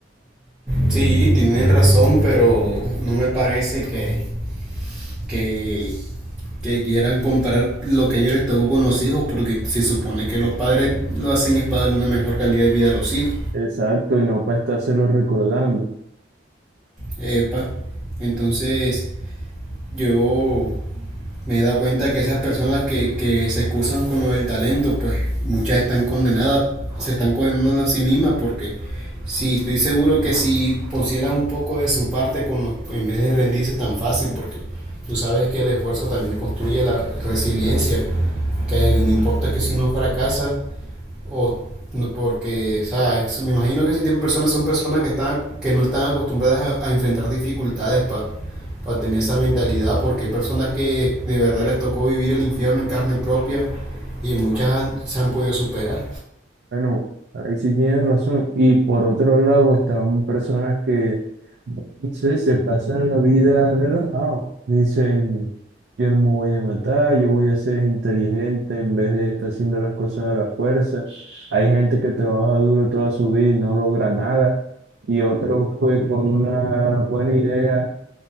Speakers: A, in the centre; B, on the right.
A: Sí, tienen razón, pero no me parece que, que, que quieran comparar lo que ellos les tocó con los hijos, porque se supone que los padres lo hacen es para darle una mejor calidad de vida a los hijos.
B: Exacto, y no para estárselo recordando.
A: Epa, entonces Yo me he dado cuenta que esas personas que, que se excusan con lo del talento, pues muchas están condenadas, se están condenando a sí mismas porque sí, estoy seguro que si pusieran un poco de su parte con los, en vez de rendirse tan fácil, porque tú sabes que el esfuerzo también construye la resiliencia, que no importa que si no fracasa, o no, porque, ¿sabes? Me imagino que ese tipo de personas son personas que están, que no están acostumbradas a, a enfrentar dificultades para tener esa mentalidad, porque hay personas que de verdad les tocó vivir el infierno en carne propia y muchas han- se han podido superar.
B: Bueno, ahí sí tienes razón. Y por otro lado están personas que, no sé, se pasan la vida relajado. Dicen, yo no me voy a matar, yo voy a ser inteligente en vez de estar haciendo las cosas a la fuerza. Hay gente que trabaja duro toda su vida y no logra nada. Y otros pues con una buena idea